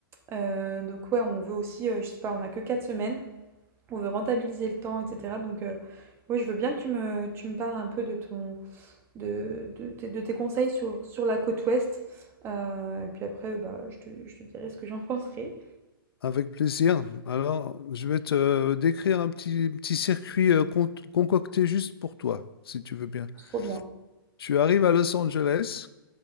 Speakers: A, on the right; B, on the left.
A: Euh, donc ouais, on veut aussi, euh, je sais pas, on a que quatre semaines, on veut rentabiliser le temps, etc. Donc euh, ouais, je veux bien que tu me, tu me parles un peu de ton, de, de, tes de tes conseils sur, sur la côte ouest. Euh, et puis après, bah, je te, je te dirai ce que j'en <laughs> penserai.
B: Avec plaisir. Alors, je vais te décrire un petit, petit circuit euh, con- concocté juste pour toi, si tu veux bien.
A: Trop bien.
B: Tu arrives à Los Angeles.